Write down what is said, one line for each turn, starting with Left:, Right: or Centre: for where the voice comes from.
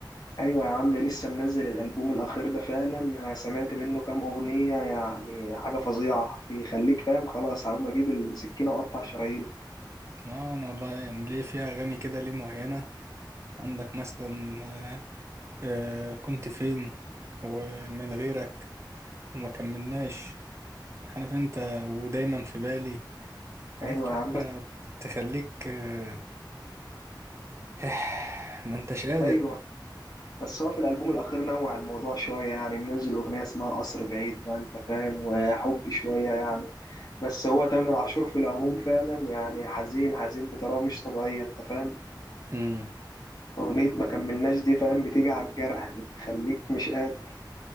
Left: ايوه يا عم لسه منزل الألبوم الأخير ده فعلا انا سمعت منه كام أغنية يعني حاجة فظيعة بيخليك فاهم خلاص هقوم اجيب السكينة واقطع شرايين
Right: اه انا والله يعني ليه في اغاني كده ليه معينة عندك مثلا آه، آه، كنت فين ومن غيرك وما كملناش عارف انت ودايما في بالي حاجات
Left: ايوه
Right: كده
Left: يا عم بس
Right: تخليك آه، <sighs> ما انتش قادر
Left: ايوه بس هو في الألبوم الأخير نوع الموضوع شوية يعني منزل أغنية اسمها قصر بعيد بقى أنت فاهم وحب شوية يعني بس هو تامر عاشور في العموم فعلا يعني حزين حزين بطريقة مش طبيعية أنت فاهم
Right: امم
Left: أغنية ما كملناش دي فاهم بتيجي على الجرح بتخليك مش قادر